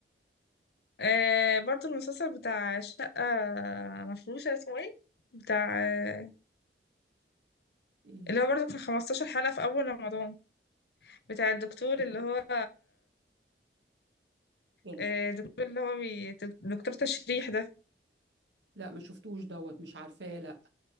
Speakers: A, on the left; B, on the right.
A: آه برضو المسلسل بتاع شقة مفروشة اسمه ايه بتاع آه،
B: ايه
A: اللي هو برضو كان 15 حلقة في أول رمضان بتاع الدكتور اللي هو
B: كان-
A: آه، دكتور اللي هو بي... دكتور تشريح ده
B: لا ما شفتوش دوت مش عارفاه لا